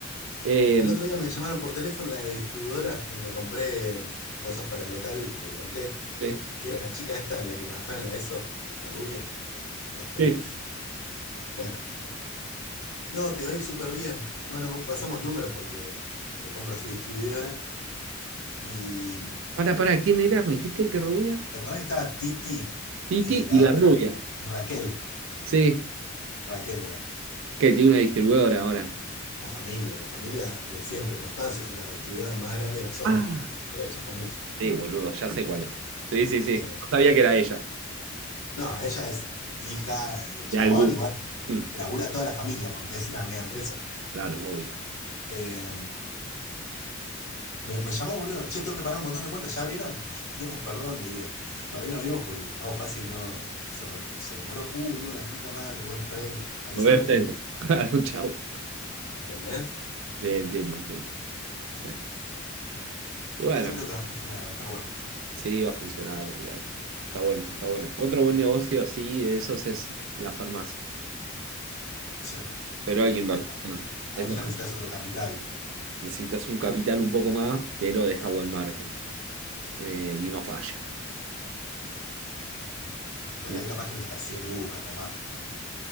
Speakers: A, on the right; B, on the left.
A: Eh,
B: El otro día me llamaron por teléfono la distribuidora donde compré cosas para el local que le conté,
A: sí.
B: que era la chica esta, la que trabajaba en la ESO, la rubia, Costanzo.
A: Sí.
B: Bueno, no, te va a ir súper bien. Bueno, pasamos números porque le compro su distribuidora. Y
A: Para, para, ¿quién era? ¿Me dijiste que rubia?
B: ¿te acordás que estaba Titi
A: Titi
B: y la
A: y la
B: otra?
A: rubia.
B: Y Raquel,
A: Sí,
B: Raquel era.
A: que tiene una distribuidora ahora.
B: La familia, la familia de siempre. Costanzo es una distribuidora más grande de la zona,
A: Ah,
B: ni siquiera de Chascomús.
A: Sí, boludo, ya sé cuál es. Sí, sí, sí.
B: Eh,
A: No sabía que era ella.
B: No, ella es hija del chabón
A: De algún.
B: y Sí. bueno,
A: Mm,
B: labura toda la familia porque es una mega empresa.
A: claro, obvio.
B: Eh, me, me llamó, boludo, che, tengo que pagar un montón de cuentas, ¿ya abrieron? <laughs> No, perdón, le digo, todavía no abrimos porque pago fácil no se, re- se demoró. Uh, no, la puta madre, bueno, está bien, avísame
A: lo voy al
B: cuando.
A: centro. <laughs> Claro, chau.
B: ¿Entendés?
A: Sí, entiendo, entiendo. Sí. Y bueno,
B: Yo creo que va a funcionar, va a estar bueno.
A: Sí, va a funcionar, olvídate. Está bueno, está bueno. Otro buen negocio así de esos es la farmacia.
B: Sí,
A: Pero hay que invertir
B: pero
A: más.
B: a
A: Es
B: ella
A: bueno,
B: necesitas otro capital,
A: necesitas un capital un poco más, pero deja buen margen. eh, y no falla.
B: pero
A: Y
B: ahí
A: no-
B: capaz que necesitas 100 lucas o más.